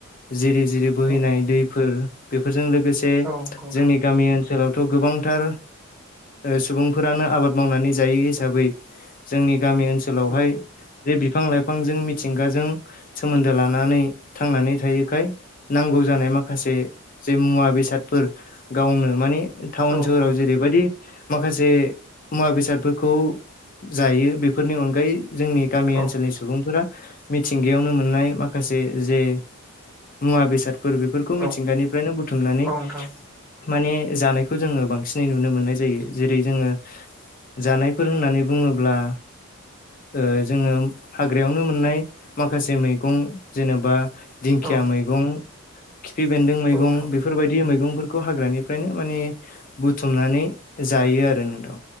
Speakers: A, on the left (about 40°); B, in the centre.
A: जिरि जिरि बोहैनाय
B: उम
A: दैफोर बेफोरजों लोगोसे
B: औ नंगौ नोंथां
A: जोंनि गामि ओनसोलावथ' गोबांथार सुबुंफोरानो आबाद मावनानै जायै हिसाबै जोंनि गामि ओनसो ओनसोलावहाय
B: उम
A: जे बिफां लाइफांजों मिथिंगाजों सोमोन्दो लानानै थांनानै थायोखाय नांगौ जानाय माखासे जे मुवा बेसादफोर गावनो माने टाउन
B: औ नंगौ
A: सोहोराव
B: नोंथां
A: जेरैबायदि माखासे मुवा बेसादफोरखौ जायो बेफोरनि अनगायै जोंनि गामि
B: औ
A: ओनोलनि सुबुंफोरा मिथिंगायावनो मोननाय माखासे जे मुवा बेसादफोर बेफोर खौखौ
B: औ
A: मिथिंगानिफ्रायनो बुथुमनानै
B: औ नोंथां
A: माने जानायखौ जोङो बांसिनै नुनो मोननाय जायो। जेरै जोङो जानायफोर होननानै बुङोब्ला ओ जोङो हाग्रायावनो मोननाय माखासे मैगं जेनेबा दिंखिया
B: औ
A: मैगं खिफि बेन्दों मैगं
B: औ नोंथां
A: बेफोरबायदि मैगं खौ हाग्रानिफ्रायनो माने बुथुमनानै जायो आरो नोंथा।